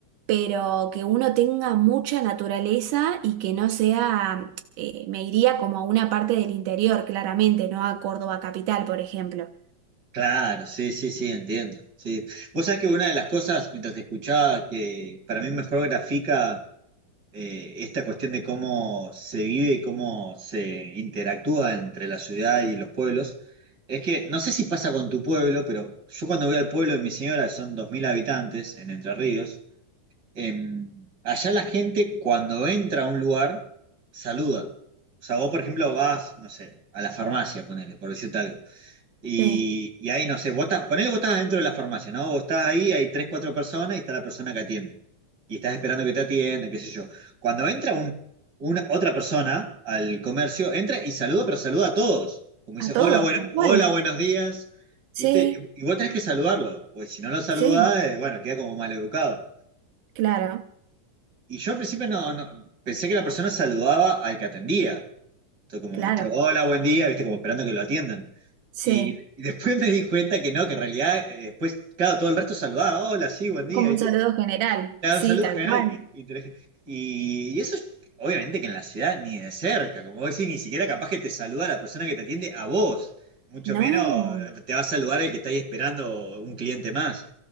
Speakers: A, on the right; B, on the right.
A: pero que uno tenga mucha naturaleza y que no sea, eh, me iría como a una parte del interior, claramente, no a Córdoba capital, por ejemplo.
B: Claro, sí, sí, sí, entiendo. Sí. Vos sabés que una de las cosas, mientras te escuchaba, que para mí mejor grafica eh, esta cuestión de cómo se vive y cómo se interactúa entre la ciudad y los pueblos, es que no sé si pasa con tu pueblo, pero yo cuando voy al pueblo de mi señora, que son 2.000 habitantes en Entre Ríos, em, allá la gente cuando entra a un lugar saluda. O sea, vos, por ejemplo, vas, no sé, a la farmacia, ponele, por decirte algo. Y,
A: Sí,
B: y ahí, no sé, vos estás, ponele vos estás dentro de la farmacia, ¿no? Vos estás ahí, hay tres, cuatro personas y está la persona que atiende. Y estás esperando que te atienda, qué sé yo. Cuando entra un, una, otra persona al comercio, entra y saluda, pero saluda a todos. Como dice,
A: a todos,
B: hola, bueno,
A: tal cual.
B: hola, buenos días. ¿Viste?
A: Sí,
B: Y, y vos tenés que saludarlo, porque si no lo saludás,
A: sí,
B: eh, bueno, queda como mal educado.
A: claro,
B: Y yo al principio no, no- pensé que la persona saludaba al que atendía. Entonces como,
A: claro,
B: viste, hola, buen día, viste, como esperando que lo atiendan.
A: sí.
B: Y, y después me di cuenta que no, que en realidad eh, después, claro, todo el resto saludaba, hola, sí, buen día,
A: Como
B: viste.
A: un saludo general,
B: Te daba
A: sí,
B: un saludo
A: tal
B: general
A: cual.
B: y, y te dejé- y- y eso es- obviamente que en la ciudad ni de cerca, como vos decís, ni siquiera capaz que te saluda la persona que te atiende a vos. Mucho
A: No.
B: menos eh, te va a saludar el que está ahí esperando un cliente más.